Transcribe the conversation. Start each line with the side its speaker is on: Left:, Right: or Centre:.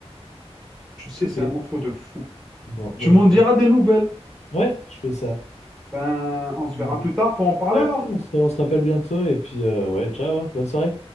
Centre: Tu sais,
Left: Ok.
Centre: c'est un morceau de fou.
Left: Bon,
Centre: Tu
Left: bah
Centre: m'en
Left: je vais...
Centre: diras des nouvelles.
Left: Ouais, je fais ça.
Centre: Ben, on se
Left: Mm.
Centre: verra plus tard pour en parler
Left: Euh,
Centre: alors.
Left: On se on se rappelle bientôt et puis euh, ouais, ciao, hein, bonne soirée.